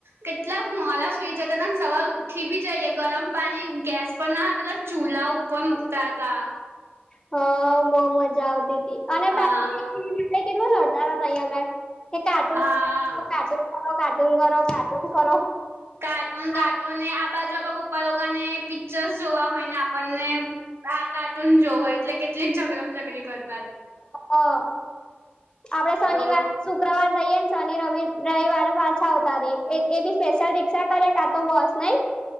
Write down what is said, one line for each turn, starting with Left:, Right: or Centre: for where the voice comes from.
Right: કેટલાક મોડાં સુઈ જતાં તાં, ને સવાર ઉઠી બી જઈએ. ગરમ પાણી ગેસ પર ના હોય, પહેલો ચૂલા ઉપર મુકતા હતા.
Left: હા, બહુ મજા આવતી તી. અને
Right: હા
Left: <inaudible> તઈ કેટલું લડતા તા <unintelligible> આગળ, કે કાર્ટૂન,
Right: હા
Left: કાર્ટૂન કરો, કાર્ટૂન કરો, કાર્ટૂન કરો.
Right: કાર્ટૂન-કાર્ટૂન,
Left: હા
Right: ને આ બાજુ આ પપ્પા લોકોને પિક્ચરસ જોવા હોય ને આપણને હા કાર્ટૂન જોવા હોય. એટલે કેટલી ઝઘડમ-ઝઘડી કર
Left: હા. આપણે શનિવાર
Right: તો
Left: શુક્રવાર જઈએન શનિ-રવિ, રઈવારે પાછા આવતા રહી. એ-એ બી સ્પેશિયલ રિક્ષા કરે કાં તો બસ. નહીં?